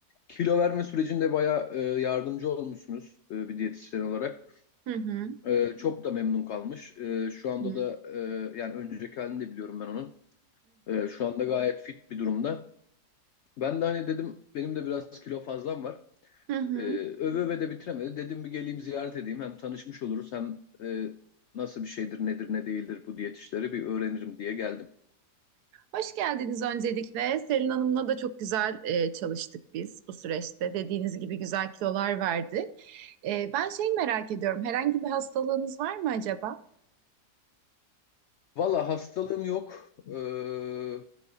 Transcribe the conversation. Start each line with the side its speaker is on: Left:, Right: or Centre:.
Left: kilo verme sürecinde bayağı e, yardımcı olmuşsunuz e, bir diyetisyen olarak.
Right: Hı hı.
Left: E, çok da memnun kalmış. E, şu anda
Right: Hı hı.
Left: da e, yani önceki halini de biliyorum ben onun. E, şu anda gayet fit bir durumda. Ben de hani dedim benim de biraz kilo fazlam var.
Right: Hı hı.
Left: Ee,
Right: hı.
Left: öve öve de bitiremedi. Dedim bir geleyim ziyaret edeyim. Hem tanışmış oluruz hem e, nasıl bir şeydir nedir ne değildir bu diyet işleri bir öğrenirim diye geldim.
Right: Hoş geldiniz öncelikle. Selin Hanım'la da çok güzel e, çalıştık biz bu süreçte. Dediğiniz gibi güzel kilolar verdi. E, ben şey merak ediyorum. Herhangi bir hastalığınız var mı acaba?
Left: Valla hastalığım yok. Ee,